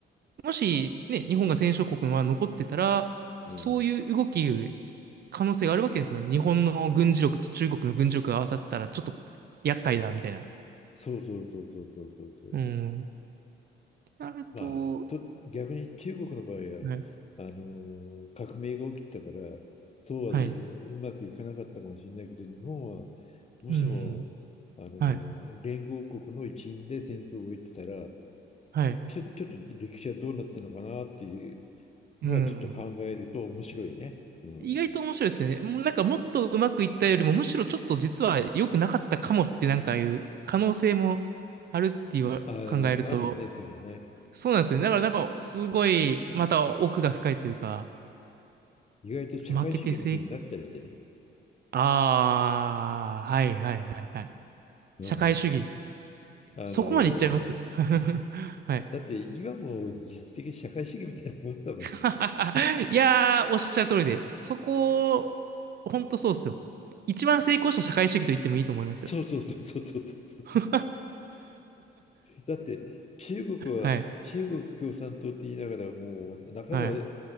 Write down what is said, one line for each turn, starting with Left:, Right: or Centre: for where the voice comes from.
Right: もしね、日本が戦勝国は残ってたら、
Left: うん、
Right: そういう動き、可能性があるわけですもんね。日本の軍事力と中国の軍事力が合わさったら、ちょっと厄介だ、みたいな。
Left: そうそうそうそうそうそうそう。
Right: うん。ってなると、
Left: まあ、と逆に中国の場合はあの革命が起きたからそうは、
Right: はい、はい、
Left: えーうまくいかなかったかもしれないけど日本はもしもあの連合国の一員で戦争を終えてたら
Right: うん、はい、はい、
Left: ちょ、ちょっと歴史はどうなったのかなっていうのはちょっと考えると面白いね。
Right: うん。
Left: うん。
Right: 意外と面白いですよね。もうなんかもっとうまくいったよりも、むしろちょっと実は良くなかったかもってなんかいう可能性もあるっていう考えると、
Left: あ、あるね、それね。
Right: そうなんですよね。だからなんかすごい、また奥が深いというか、
Left: 意外と社会主義の国になったりしてね。
Right: 負けてせ、ああ、はいはいはいはい。
Left: うん。
Right: 社会主義。
Left: あのー
Right: そこまでいっちゃいます。<laughs> はい。
Left: だって今も実質的社会主義みたいなもんだもん。
Right: <laughs> いやー、おっしゃる通りで、そこ、ほんとそうっすよ。一番成功した社会主義と言ってもいいと思いますよ。
Left: そうそうそうそうそう。
Right: <laughs>
Left: だって中国は中国共産党って言いながらもう半ば
Right: はい、はい、